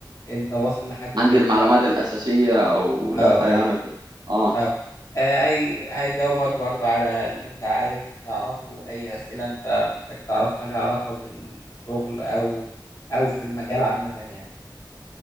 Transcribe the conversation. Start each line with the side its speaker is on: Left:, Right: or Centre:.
Left: انت واصل لحد فين
Right: عندي المعلومات
Left: و...
Right: الاساسيه او لا
Left: اه
Right: يعني
Left: ايوه
Right: وكده آه.
Left: اه آه، هي هيجاوبك برضه على اللي انت عايز تعرفه اي اسئلة انت محتاج تعرفها لها علاقة بالشغل او او في المجال عامة يعني